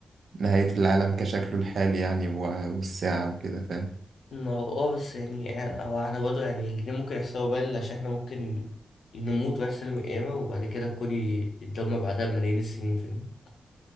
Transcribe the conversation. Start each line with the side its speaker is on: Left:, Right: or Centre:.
Right: نهاية العالم كشكله الحالي يعني و- والساعة وكده فاهم
Left: ما هو اه بس يعني هو احنا برضه يعني الاتنين ممكن يحصلوا بالي عشان احنا ممكن نموت ويحصل يوم القيامة وبعد كده الكون ي- يتدمر بعدها بملايين السنين فاهم؟